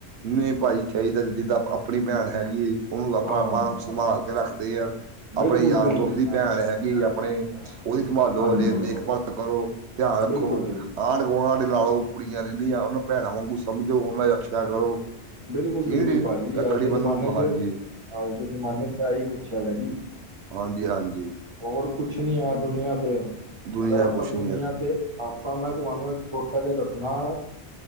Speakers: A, on the right; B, on the right.
A: ਨਹੀਂ ਭਾਜੀ ਚਾਹੀਦਾ ਜਿੱਦ ਤਾਂ ਆਪਣੀ ਭੈਣ ਹੈਗੀ ਹੈ। ਉਹਨੂੰ ਆਪਾਂ-ਆਪਾਂ
B: ਹਾਂ
A: ਸੰਭਾਲ ਕੇ ਰੱਖਦੇ ਹਾਂ।
B: ਬਿਲਕੁਲ
A: ਆਪਣੇ ਯਾਰ
B: ਬਿਲਕੁਲ
A: ਦੋਸਤ ਦੀ ਭੈਣ ਹੈਗੀ। ਆਪਣੇ ਉਹਦੀ ਸੰਭਾਲੋ
B: ਹਾਂਜੀ
A: ਦੇਖਭਾਲ
B: ਬਿਲਕੁਲ
A: ਕਰੋ ਧਿਆਨ ਰੱਖੋ।
B: ਬਿਲਕੁਲ
A: ਆਂਢ ਗੁਆਂਢ ਲਾੋ ਕੁੜੀਆਂ ਰਹਿੰਦੀਆਂ ਉਹਨਾਂ ਭੈਣਾਂ ਵਾਂਗੂ ਸਮਝੋ। ਉਹਨਾਂ ਦੀ ਰਕਸ਼ਿਆ ਕਰੋ।
B: ਬਿਲਕੁਲ-ਬਿਲਕੁਲ
A: ਠੀਕ ਜੀ
B: ਭਾਜੀ
A: ਰੱਖੜੀ
B: ਅੱਜ ਦੇ
A: ਬੰਨੋ
B: ਜ਼ਮਾਨੇ ਚ
A: ਹਾਂਜੀ
B: ਅੱਜ ਦੇ ਜਮਾਨੇ ਚ ਤਾਂ ਹੀ ਕੁੱਛ ਹੈਗਾ ਜੀ।
A: ਹਾਂਜੀ-ਹਾਂਜੀ।
B: ਹੋਰ ਕੁਛ ਨੀ ਹੈ ਦੁਨੀਆਂ ਤੇ।
A: ਦੁਨੀਆਂ
B: ਅਗਰ ਆਪਾਂ
A: ਕੁਛ
B: ਦੁਨੀਆਂ
A: ਨੀ ਆ
B: ਤੇ ਆਪਾਂ ਮੈਂ ਤੁਹਾਨੂੰ ਛੋਟਾ ਜਿਹਾ ਦੱਸਣਾ।